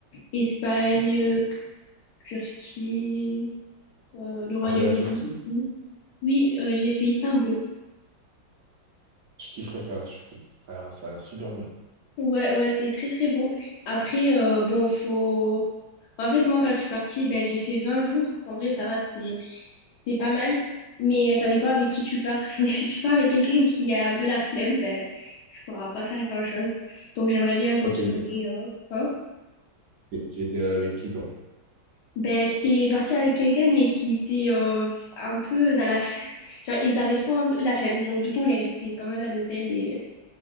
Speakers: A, on the left; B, on the right.
A: Espagne, euh, Turquie, euh, le Royaume-Uni
B: T'as fait la Turquie?
A: aussi. Oui, euh, j'ai fait Istanbul.
B: Je kifferais faire la Turquie. Ça a l'air, ça a l'air super bien.
A: Ouais, ouais, c'est très très beau. Après, euh, bon, faut. En fait, moi, quand je suis partie, ben, j'ai fait 20 jours. En vrai, ça va, c'est c'est pas mal. Mais euh, ça dépend avec qui tu pars. <laughs> Donc, si tu pars avec quelqu'un qui a un peu la flemme, ben, tu pourras pas faire grand-chose. Donc, j'aimerais bien retourner.
B: Toi, tu étais,
A: euh, hein.
B: tu étais allé avec qui, toi?
A: Ben, j'étais partie avec quelqu'un, mais qui était euh, un peu dans la flemme. <laughs> Genre, ils avaient trop la flemme. Donc, du coup, on est resté pas mal à l'hôtel et